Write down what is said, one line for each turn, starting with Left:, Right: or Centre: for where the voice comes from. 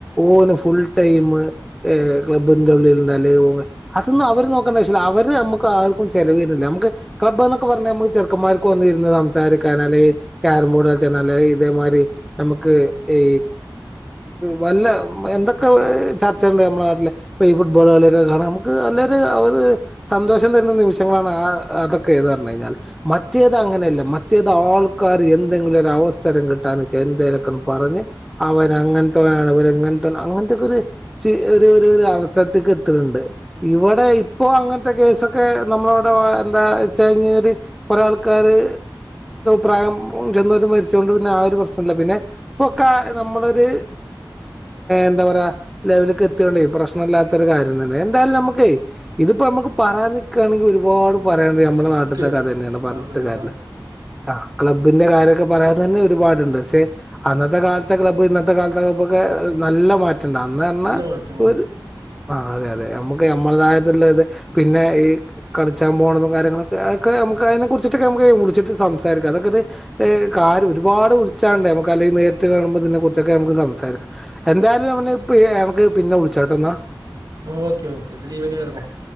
Centre: ഓന് ഫുൾ ടൈം ഏഹ് ക്ലബ്ബിന്റെ ഉള്ളിലൊണ്ട അല്ലേ ഓ അതൊന്നും അവര് നോക്കണ്ടാവിശില്ല അവര് നമക്ക് ആർക്കും ചെലവരുന്നില്ല നമുക്ക് ക്ലബ് എന്നൊക്കെ പറഞ്ഞാ നമ്മൾ ചെറുക്കന്മാർക്ക് വന്നിര്ന്ന് സംസാരിക്കൻ അല്ലേ ക്യാരം ബോർഡ് കളിച്ചാനല്ലേ ഇതേമാരി നമുക്ക് ഈ വല്ല എന്തൊക്കെ ചർച്ചയൊണ്ട് നമ്മള നാട്ടില് ഇപ്പൊ ഈ ഫുട്ബോളളിയൊക്കെ കാണാം നമക്ക് അന്നേര് അവര് സന്തോഷം തരുന്ന നിമിഷങ്ങളാണ് ആഹ് അതൊക്കേന്ന് പറഞ്ഞഴിഞ്ഞാൽ മ മറ്റേത് അങ്ങനെയല്ല
Right: സത്യം
Centre: മറ്റേത് ആൾക്കാര് എന്തെങ്കിലും ഒരു അവസരം കിട്ടാൻനിക്ക എന്തേലൊക്കെന്ന് പറഞ്ഞ് അവൻ അങ്ങൻത്തോനാണ് ഇവരിങ്ങൻത്തോനാണ് അങ്ങനത്തൊക്കെരു ചെ ഒരു ഒരു അവസ്ഥ സത്ത്ക്ക് എത്തണിണ്ട് ഇവിടെ ഇപ്പോ അങ്ങനത്തെ കേസൊക്കെ നമ്മളവിടെ എന്താ വച്ചാഴിഞ്ഞാല് കൊറേ ആൾക്കാര് പ്രായം ചെന്നോട്ട് മരിച്ചൊണ്ട് പിന്നെ ആ ഒരു പ്രശ്നല്ല പിന്നെ ഇപ്പൊക്കെ നമ്മളൊര് എന്താ പറയാ ലെവല്ക്ക് എത്തിയൊണ്ടെ പ്രശ്നില്ല ത്തൊര് കാര്യം തന്നെ എന്താലും നമുക്കെ ഇതിപ്പ അമുക്ക്
Right: ഉം.
Centre: പറയാൻ നിക്കാണെങ്കി ഒരുപാട് പറയാണ്ട് ഞമ്മടെ
Right: സത്യമായിട്ടും
Centre: നാട്ട്ത്തെ കഥന്നെയാണ്
Right: ഒരുപാട്
Centre: പറഞ്ഞിട്ട്
Right: ഒരുപാടുണ്ട്
Centre: കാരില്ല ആഹ് ക്ലബ്ബിന്റെ കാര്യൊക്കെ പറയാതന്നെ ഒരുപാടുണ്ട്
Right: ഉം.
Centre: പക്ഷെ അന്നത്തെ കാലത്തെ ക്ലബ് ഇന്നത്തെ കാലത്തെ ക്ലബ്ബൊക്കെ നല്ല മാറ്റണ്ട് അന്ന്
Right: നല്ല
Centre: പറഞ്ഞ
Right: മാറ്റം വന്നു
Centre: ഒര് ആഹ് അതെ അതെ ഞമക്ക് ഞമ്മളതായതിള്ള ഇത് പിന്നെ ഈ കളിച്ചാ പോണതും കാര്യങ്ങളൊക്കെ അതക്കെ നമക്ക് അതിനെ കുറിച്ചിട്ടൊക്കെ ഞമക്ക് വിളിച്ചിട്ട് സംസാരിക്കാം അതൊക്കെര് കാര്യ ഒരുപാട് വിളിച്ചാണ്ടെ നമുക്കല്ലങ്കി നേരിട്ട്കാണുമ്പൊ ഇതിനെ കുറിച്ചൊക്കെ നമക്ക് സംസാരിക്കാം എന്തായാലും അവന് എനക്ക് പിന്നെ വിളിച്ചോട്ട എന്നാ
Right: ഓക്കെ ഓക്കെ എന്തലു ഈവനിങ്ങെറങ്ങ്